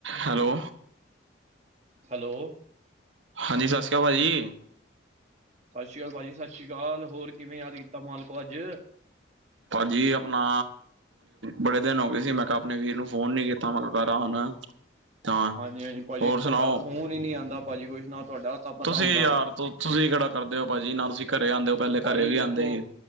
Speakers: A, on the right; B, on the right.
A: ਹੈਲੋ
B: ਹੈਲੋ
A: ਹਾਂਜੀ ਸਤਿ ਸ਼੍ਰੀ ਅਕਾਲ ਭਾਅ ਜੀ
B: ਸਤਿ ਸ਼੍ਰੀ ਅਕਾਲ ਭਾਜੀ ਸਤਿ ਸ਼੍ਰੀ ਅਕਾਲ ਹੋਰ ਕਿਵੇਂ ਯਾਦ ਕੀਤਾ ਮਾਲਕੋ ਅੱਜ
A: ਭਾਜੀ ਆਪਣਾ ਬੜੇ ਦਿਨ ਹੋ ਗਏ ਸੀ ਮੈਂ ਕਿਹਾ ਆਪਣੇ ਵੀਰ ਨੂੰ ਫੋਨ ਨੀ ਕੀਤਾ ਮੈਂ ਕਿਹਾ ਕਰਾਂ ਹੁਣ <unintelligible> <inaudible>
B: ਹਾਂਜੀ ਹਾਂਜੀ ਭਾਜੀੀ
A: ਹੋਰ ਸੁਣਾਓ
B: ਤੁਹਾਡਾ ਫੋਨ ਹੀ ਨਹੀਂੀ ਆਉਂਦਾ ਭਾਜੀ ਕੁਛ ਨਾ ਤੁਹਾਡਾ ਤਾਂ ਪਤਾ
A: ਤੁਸੀਂ
B: ਹੁੰਦਾ
A: ਯਾਰ ਤੁਸੀਂ ਖੜਾ ਕਰਦੇ ਹੋ ਭਾਜੀੀ ਨਾ ਤੁਸੀਂ ਘਰੇ ਆਉਂਦੇ ਹੋ ਪਹਿਲੇ
B: ਭਾਜੀ
A: ਘਰੇ ਵੀ
B: ਦੇਖੋ
A: ਆਉਂਦੇ ਸੀ